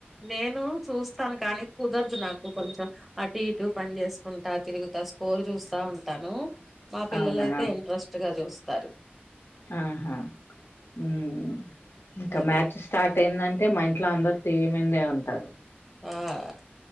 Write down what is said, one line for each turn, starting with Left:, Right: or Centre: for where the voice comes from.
Centre: నేనూ చూస్తాను కాని కుదరదు నాకు కొంచెం అటు ఇటు పని చేసుకుంటా తిరుగుత స్కోర్ చూస్తా ఉంటాను మా పిల్లలైతే
Left: అవునా
Centre: ఇంట్రెస్ట్ గా చూస్త తరు
Left: ఆహా మ్మ్ ఇంక
Centre: అది
Left: మ్యాచ్ స్టార్ట్ ఏందంటె మా ఇంట్లో అందరు టీవీ మిందే ఉంటారు.
Centre: ఆహ్